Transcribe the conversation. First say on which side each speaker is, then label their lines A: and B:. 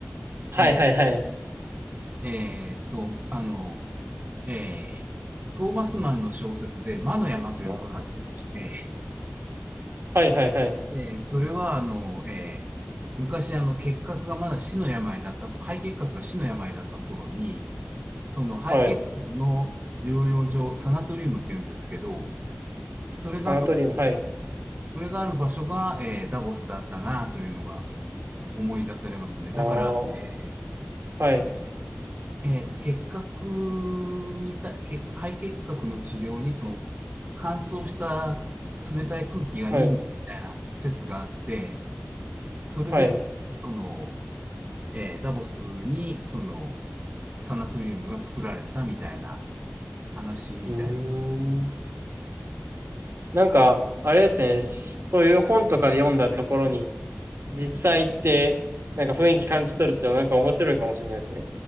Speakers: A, on the right (about 80°); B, on the right (about 40°).
A: はいはいはい。
B: えーえーっと、あの、えートーマスマンの小説で、魔の山というのがあってまして、
A: はいはいはい。
B: えーそれは、あの、えー昔、あの、結核がまだ死の病だった、肺結核が死の病だった頃に、その肺結核の療養所、
A: はい。
B: サナトリウムって言うんですけど、それがある、
A: サナトリウム、はい。
B: それがある場所が、えーダボスだったなというのが思い出されますね。だから、
A: あ
B: え
A: あ。はい。
B: ーえーと、結核にた、結肺結核の治療に、その、乾燥した冷たい空気がいいみたいな説があって、
A: はい。
B: それでどう、
A: はい。う
B: その、えーダボスに、その、サナトリウムが作られたみたいな話みたいな。
A: ーん。なんか、あれですね。しそういう本とかで読んだところに、実際行って、なんか雰囲気感じ取るってなんか面白いかもしれないですね。